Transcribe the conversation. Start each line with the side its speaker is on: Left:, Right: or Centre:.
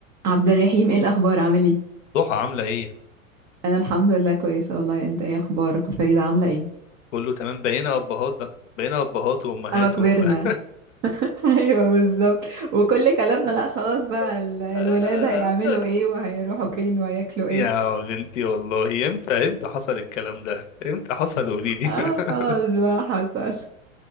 Right: عبد الرحيم ايه الاخبار عامل ايه
Left: ضحى عاملة ايه؟
Right: انا الحمد لله كويسه والله انت ايه اخبارك وفريده عامله ايه
Left: كله تمام بقينا أبهات بقى بقينا أبهات وأمهات
Right: اه كبرنا
Left: وبقى
Right: <laughs> ايوه بالظبط وكل كلامنا لا خلاص بقى ال-
Left: <laughs>
Right: الولاد هيعملوا ايه وهيروحوا فين وهياكلوا
Left: يا
Right: ايه
Left: بنتي والله امتى امتى حصل الكلام ده؟ امتى حصل قوليلي؟
Right: اه
Left: <laughs>
Right: خلاص بقى حصل <laughs>